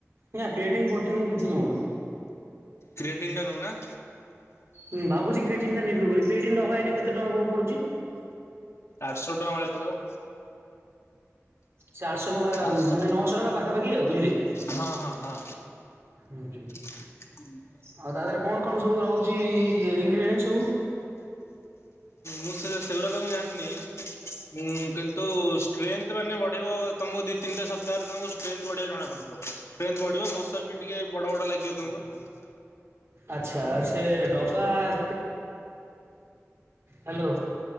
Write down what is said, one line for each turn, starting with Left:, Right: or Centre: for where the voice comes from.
Right: ନା କ୍ରିଏଟିନ୍ ପ୍ରୋଟିନ ମୁଁ କିଛି ନଉନି।
Left: କ୍ରିଏଟିନ୍ ଟା ନଉନା।
Right: ହୁଁ ଭାବୁଚି କ୍ରିଏଟିନ୍ ଟା ନେବି ବୋଲି କ୍ରିଏଟିନ୍ ଟବା ଏବେ କେତେ କଣ ପଡୁଚି?
Left: ଆଠ ଶହ ଟଙ୍କା ଭଳିଆ ପଡିବ।
Right: ସେ ଆଠଶହ ଟଙ୍କା
Left: ଆଠଶହ
Right: ମାନେ ନଅଶହ ଟଙ୍କା ପାଖାପାଖି ଆଉ ବୁଝିଲେ।
Left: ହଁ ହଁ ହଁ।
Right: ଉଁ ହୁଁ।
Left: <inaudible>
Right: ଆଉ ତା ଦେହରେ କଣ କଣ ସବୁ ରହୁଚି ଇନଗ୍ରିଡେଣ୍ଟ ସବୁ?
Left: ମୁଁ ସେ ସେଗୁଡା ତ ମୁଁ ଜାଣିନି। ଉଁ କିନ୍ତୁ ଷ୍ଟ୍ରେଥ ମାନେ ବଢେଇବ ତମକୁ ଦି ତିନିଟା ସ ତାର ତମ ଷ୍ଟ୍ରେଥ ବଢିବା ଜଣା ପଡିଯିବ। ଷ୍ଟ୍ରେଥ ବଢିବ ମସଲ ବି ଟିକେ ବଡ ବଡ ଲାଗିବ ତମକୁ।
Right: ଆଚ୍ଛା ସେ ଡବା। <inaudible> ହ୍ୟାଲୋ